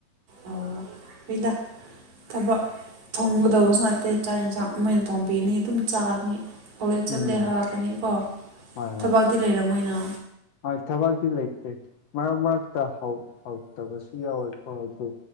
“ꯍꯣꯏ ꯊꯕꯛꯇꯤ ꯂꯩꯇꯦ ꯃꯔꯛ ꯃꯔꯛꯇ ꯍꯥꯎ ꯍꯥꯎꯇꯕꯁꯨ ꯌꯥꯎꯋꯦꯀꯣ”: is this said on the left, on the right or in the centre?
Left